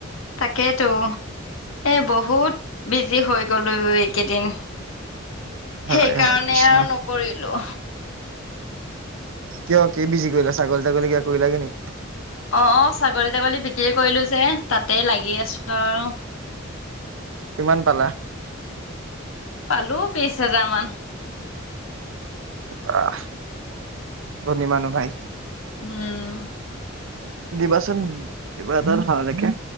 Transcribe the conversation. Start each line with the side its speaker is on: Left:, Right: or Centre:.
Left: তাকেইেতো এ বহুত বিজি হৈ গলো এইকেইদিন
Right: হয়
Left: সেইকাৰণে
Right: হয় কৃষ্ণ
Left: আৰু নকৰিলো
Right: কিয় কি বিজি কৰিলা ছাগলী-টাগলী কিবা কৰিলা গে নেকি?
Left: অ ছাগলী তাগলী বিক্ৰী কৰিলো যে তাতেই লাগি আছো আৰু
Right: কিমান পালা?
Left: পালো বিশ হাজাৰ মান।
Right: বাহ! ধনিমানুহ ভাই।
Left: উম।
Right: দিবাচোন কিবা এটা ধাৰলেকে।